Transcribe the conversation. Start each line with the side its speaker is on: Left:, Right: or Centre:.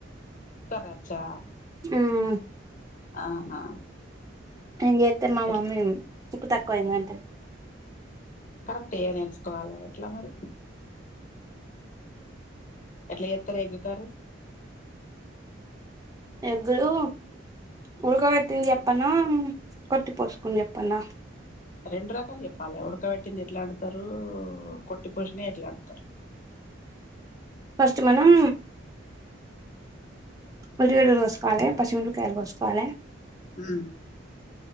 Left: రచ్చా
Right: మ్మ్
Left: ఆహా
Right: నేన్ జేత్తె మా మమ్మీ
Left: ఎట్లా
Right: ఉప్పు తక్కువయిందంటది
Left: కరెక్ట్ గ నేర్చుకోవాలె ఎట్ల మరి ఎట్ల చేత్తర్ ఎగ్గు కరి
Right: ఎగ్గులూ ఉడక బెట్టింది చెప్పనా కొట్టి పోసుకున్ జెప్పనా
Left: రెండు రకాలు చెప్పాలె ఉడకబెట్టింది ఎట్లొండుతరూ కొట్టి పోసినయెట్లొండతరు
Right: ఫస్ట్ మనం ఉల్లిగడ కోస్కోవాలె పశిమిరకాయలు కోస్కోవాలే
Left: ఆ